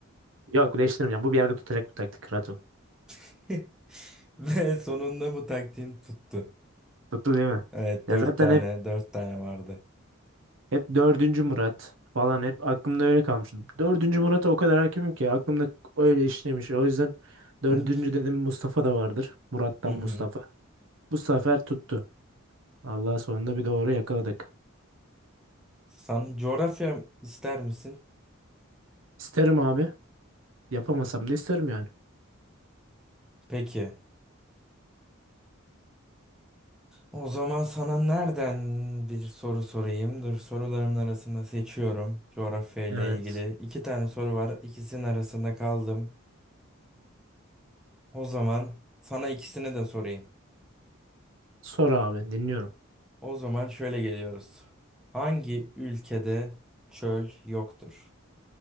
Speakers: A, on the right; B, in the centre.
A: Yok değiştirmeyeceğim. Bu bir yerde tutacak bu taktik. Rahat ol.
B: <laughs> Ve sonunda bu taktiğin tuttu.
A: Tuttu değil mi?
B: Evet,
A: Ya
B: dört
A: zaten
B: tane,
A: hep
B: 4 tane vardı.
A: Hep dördüncü Murat falan hep aklımda öyle kalmış. Dördüncü Murat'a o kadar hakimim ki aklımda öyle işlemiş. O yüzden dördüncü
B: <laughs>
A: dedim Mustafa da vardır. Murat'tan
B: Hı hı.
A: Mustafa. Bu sefer tuttu. Allah sonunda bir doğru yakaladık.
B: Sen coğrafya ister misin?
A: İsterim abi. Yapamasam da isterim yani.
B: Peki. O zaman sana nereden bir soru sorayım? Dur sorularımın arasında seçiyorum. Coğrafya ile
A: Evet.
B: ilgili iki tane soru var. İkisinin arasında kaldım. O zaman sana ikisini de sorayım.
A: Sor abi dinliyorum.
B: O zaman şöyle geliyoruz. Hangi ülkede çöl yoktur?